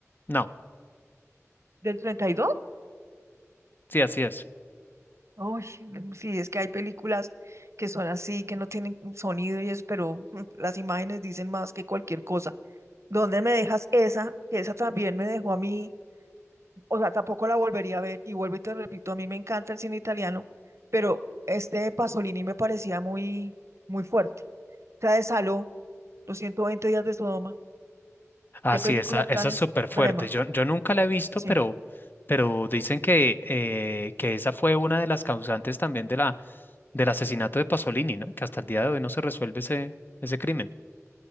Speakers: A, on the left; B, on the right.
A: No,
B: del treinta y dos
A: sí, así es.
B: Uy, mm, sí, es que hay películas que son así, que no tienen sonido y eso, pero <laughs> las imágenes dicen más que cualquier cosa. ¿Dónde me dejas esa? Que esa también me dejó a mí, o sea, tampoco la volvería a ver. Y vuelvo y te repito, a mí me encanta el cine italiano, pero este Pasolini me parecía muy, muy fuerte. O sea, de Saló, los 120 días de Sodoma,
A: Así,
B: qué película
A: esa,
B: tan
A: esa es
B: extrema,
A: súper fuerte. Yo, yo nunca la he visto,
B: sí.
A: pero, pero dicen que, eh, que esa fue una de las causantes también de la, del asesinato de Pasolini, ¿no? Que hasta el día de hoy no se resuelve ese, ese crimen.